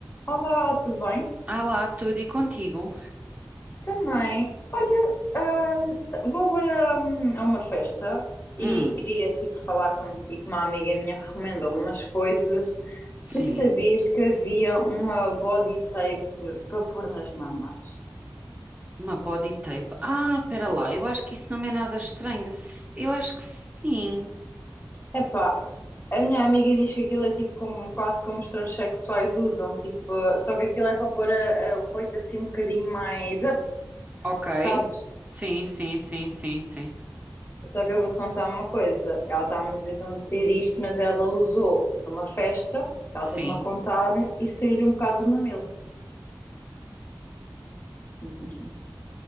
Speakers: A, on the left; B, on the right.
A: Olá, tudo bem?
B: Ah lá, tudo e contigo.
A: Também. Olha, ahm, t- vou agora, ahm, a uma festa
B: Hum,
A: e queria tipo falar contigo. Uma amiga minha recomendou-me umas coisas.
B: sim.
A: Tu sabias que havia uma body tape para pôr nas mamas?
B: Uma body tape. Ah, pera lá, eu acho que isso não é nada estranho. S- Eu acho que sim.
A: Epá, a minha amiga diz que aquilo é tipo como, quase como os transexuais usam, tipo, ah, só que aquilo é para pôr a- a- o peito assim um bocadinho mais up,
B: Ok.
A: sabe?
B: Sim, sim, sim, sim, sim.
A: Só que eu vou-te contar uma coisa. Ela está a dizer para meter isto, mas ela usou numa festa, ela
B: Sim.
A: teve-me a contar e saiu-lhe um bocado do mamilo. <laughs>